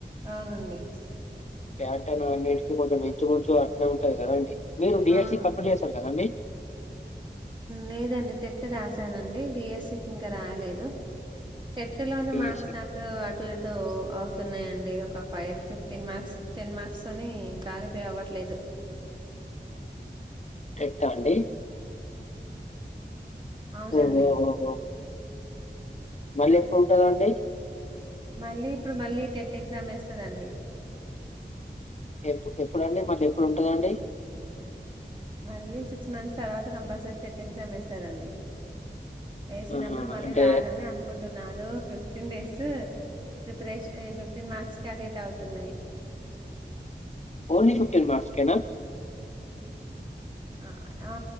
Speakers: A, on the right (about 25°); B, on the left (about 40°).
A: అవునండి
B: ప్యాటన్ అన్నిటికి కొంచెం ఇంచు మించు అట్లే ఉంటది కదండి మీరు బిఎస్సి
A: అవును
B: కంప్లీట్ చేసారు కదండి
A: లేదండి టెట్టు రాసానండి డిఎస్సికి ఇంక రాయలేదు టెట్టులోని
B: డీఎస్సీ.
A: మార్క్స్ నాకు అటు ఇటు అవుతున్నాయండి ఒక five fifteen marks ten marks అని క్వాలిఫై అవ్వట్లేదు
B: టెట్టా అండి
A: అవునండి
B: ఓహో ఓహో మళ్ళీ ఎప్పుడు ఉంటందండి
A: మళ్ళీ ఇప్పుడు మళ్ళీ టెట్ ఎగ్జామ్ వేస్తదండి
B: ఎప్పు ఎప్పుడండి మళ్ళీ ఎప్పుడు ఉంటదండి
A: మళ్ళీ సిక్స్ మంత్స్ తర్వాత కంపల్సరీ టెట్ ఎగ్జామ్ యేస్తరండి యేసినప్పుడు
B: ఆహా!
A: మళ్ళీ
B: అంటే
A: రాయాలని అనుకుంటున్ నాను fifteen days preparation fifteen marks కి అటు ఇటు అవుతున్నాయ్
B: ఓన్లీ ఫిఫ్టీన్ మర్క్స్ కేనా
A: అ ఆ